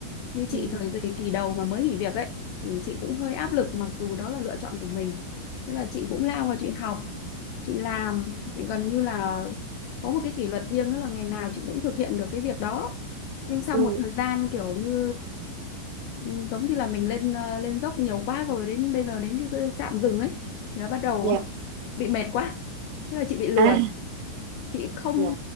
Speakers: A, on the left (about 80°); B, on the right (about 85°).
A: như chị
B: Ừ.
A: thời kỳ kỳ đầu mà mới nghỉ việc ấy thì chị cũng hơi áp lực mặc dù đó là lựa chọn của mình thế là chị cũng lao vào chị học chị làm chị gần như là có một cái kỷ luật riêng đó là ngày nào chị cũng thực hiện được cái việc đó nhưng sau
B: Ừ.
A: một thời gian kiểu như um, giống như là mình lên ờ, lên dốc nhiều quá rồi đến bây giờ đến cái cái trạm dừng ấy thì nó bắt đầu
B: Dạ.
A: <laughs> bị mệt quá thế là chị bị lười
B: à
A: chị không
B: Dạ.